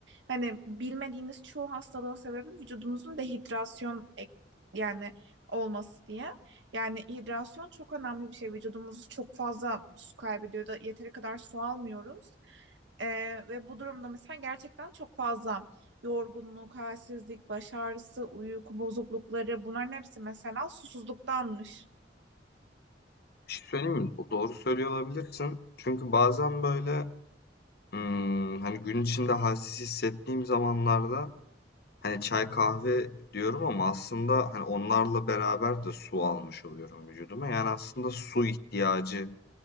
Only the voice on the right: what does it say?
Hani bilmediğiniz çoğu hastalığın sebebi vücudumuzun dehidrasyon ek- yani olması diye. Yani hidrasyon çok önemli bir şey. Vücudumuz çok fazla su kaybediyor da yeteri kadar su almıyoruz. E, ve bu durumda mesela gerçekten çok fazla yorgunluk, halsizlik, baş ağrısı, uyku bozuklukları bunların hepsi mesela susuzluktanmış.